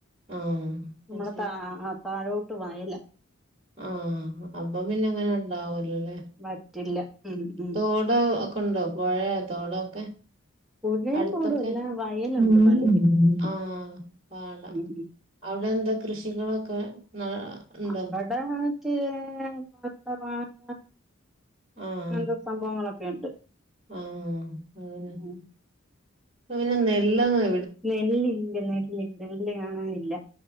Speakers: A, on the right (about 30°); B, in the centre.
A: ആഹ്
B: നമ്മള
A: അത് ശരി
B: ത താഴോട്ട് വയല
A: ആഹ് അപ്പ പിന്നെ അങ്ങനെ ഉണ്ടാവുല്ലല്ലേ.
B: വറ്റില്ല ഉം ഉം
A: തോട് ഒക്കെയുണ്ടോ പൊഴയോ തോടൊക്കെ.
B: പുഴയും
A: അടുത്തൊക്കെ
B: തോടും എല്ലാം വയലുണ്ട്
A: മീൻ
B: വയല്
A: ഉണ്ടെവിടെ ആഹ് പാടം.
B: ഉം ഉം
A: അവിടെ എന്താ കൃഷികളൊക്കെ നെല്ല് ഉണ്ടോ?
B: അവിടെ മറ്റേ <unintelligible>
A: ആഹ്
B: അങ്ങനത്തെ സംഭവങ്ങളൊക്കെ ഉണ്ട്.
A: ആഹ് അതെന്നെ
B: ഉം
A: ഇപ്പൊ പിന്നെ നെല്ല് ഒന്നും.
B: നെല്ല് ഇല്ല നെല്ല് ഇല്ല നെല്ല് കാണാനില്ല.